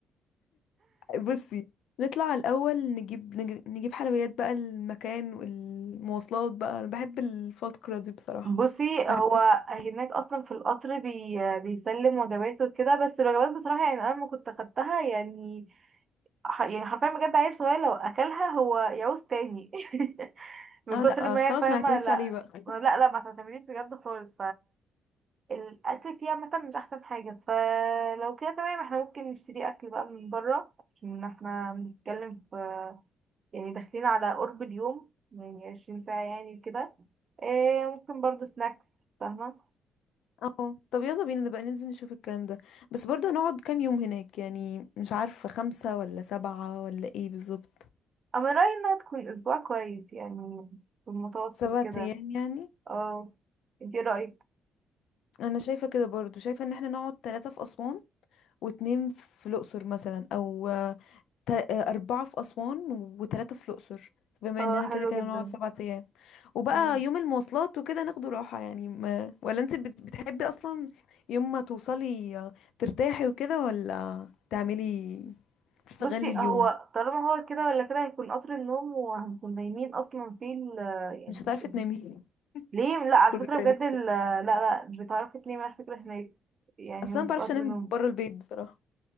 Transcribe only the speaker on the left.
بصي نطلع الأول نجيب نج- نجيب حلويات بقى المكان والمواصلات بقى أنا بحب الفترة دي بصراحة
بحب
أف-
اه
لا
آه، خلاص
ما نعتمدش
عليه بقى
اه طب يلا بينا نبقى ننزل نشوف الكلام ده بس برضه هنقعد كام يوم هناك يعني مش عارفة خمسة ولا سبعة ولا ايه بالظبط
سبعة
ايام يعني
انا شايفة كده برضه شايفة ان احنا نقعد ثلاثة في اسوان واتنين في الاقصر مثلا او آه، تل- آه، اربعة في اسوان وثلاثة في الاقصر بما
اننا كده
كده
هنقعد سبعة ايام وبقى
يوم المواصلات وكده ناخده راحة يعني ما ولا انت بت- بتحبي اصلا يوم ما توصلي آه، ترتاحي وكده ولا تعملي تستغلي
اليوم
مش هتعرفي
تنامي <laughs>
خدي
بالك
اصلا
ما بعرفش
انام
بره البيت بصراحه